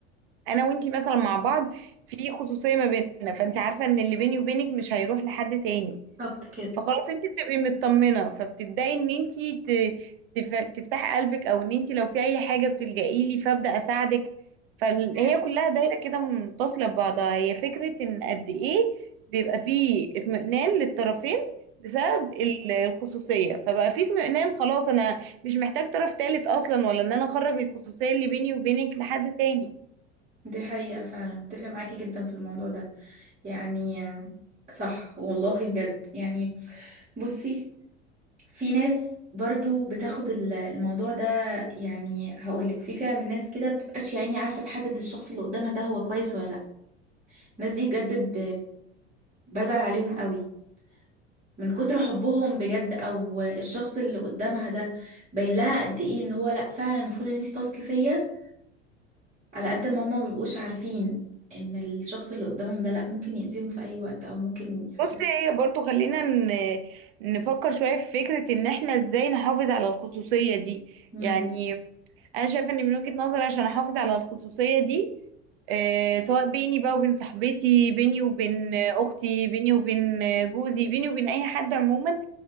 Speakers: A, on the right; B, on the right.
A: انا وانتي مثلا مع بعض في خصوصية ما بيننا فانت عارفة ان اللي بيني وبينك مش هيروح لحد تاني
B: بالظبط
A: فخلاص انت بتبقي مطمنه فبتبداي ان انت ت- تف- تفتحي قلبك او ان انت لو في اي حاجه بتلجئي لي فابدا اساعدك فهي
B: كده
A: كلها دايره كده متصله ببعضها هي فكره ان قد ايه بيبقى فيه اطمئنان للطرفين بسبب ال- الخصوصيه فبقى فيه اطمئنان خلاص انا مش محتاج طرف تالت اصلا ولا ان انا اخرج الخصوصيه اللي بيني وبينك لحد تاني
B: دي حقيقة فعلا اتفق معاكي جدا في الموضوع ده يعني آه، صح والله بجد يعني بصي في ناس برضو بتاخد ال- الموضوع ده يعني هقولك في فئة من الناس كده بتبقاش يعني عارفة تحدد الشخص اللي قدامها ده هو كويس ولا لا الناس دي بجد ب- بزعل عليهم قوي من كتر حبهم بجد او الشخص اللي قدامها ده باين لها قد ايه ان هو لا فعلا المفروض ان انت تثقي فيا على قد ما هما مبيبقوش عارفين ان الشخص اللي قدامهم ده لا ممكن يأذيهم في اي وقت او ممكن يحصل
A: بص هي برضو خلينا ن- نفكر شوية في فكرة ان احنا ازاي نحافظ على الخصوصية دي
B: امم
A: يعني انا شايفة ان من وجهة نظري عشان احافظ على الخصوصية دي آه، سواء بيني بقى وبين صاحبتي بيني وبين آه، اختي بيني وبين آه، جوزي بيني وبين اي حد عموما